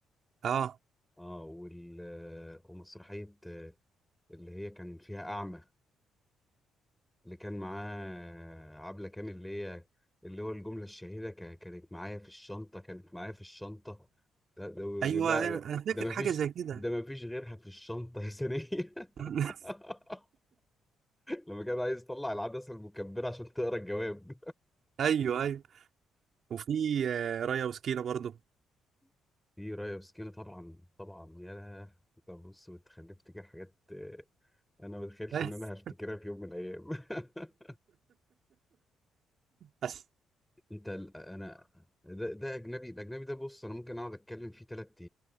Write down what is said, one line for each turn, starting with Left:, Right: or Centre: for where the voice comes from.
Right: اه
Centre: اه وال... ومسرحية اللي هي كان فيها أعمى اللي كان معاه عبلة كامل اللي هي اللي هو الجملة الشهيرة كا- كانت معايا في الشنطة كانت معايا في الشنطة ده- ده بيقول
Right: ايوه
Centre: لها
Right: انا أنا فاكر
Centre: ده مفيش
Right: حاجه زي كده
Centre: ده مفيش غيرها في الشنطة يا سنية <laughs>
Right: <laughs>
Centre: لما كان عايز يطلع العدسة المكبرة عشان تقرا الجواب
Right: ايوه ايوه وفي آه، رايا وسكينه برضو
Centre: <laughs> في رايا وسكينة طبعا طبعا يا لهوي، انت بص بتخلي افتكر حاجات آه، انا ما اتخيلش
Right: بس
Centre: ان انا هفتكرها في يوم من الايام <laughs>
Right: بس
Centre: انت ال- انا ده, ده اجنبي الاجنبي ده بص انا ممكن اقعد اتكلم فيه ثلاث